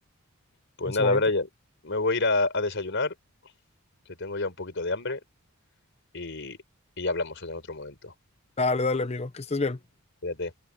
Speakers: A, on the left (about 55°); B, on the left (about 30°).
A: Pues
B: en
A: nada,
B: su momento.
A: Brian, me voy a ir a, a desayunar, que tengo ya un poquito de hambre, y, y ya hablamos en otro momento.
B: Dale, dale, amigo, que estés bien.
A: Cuídate.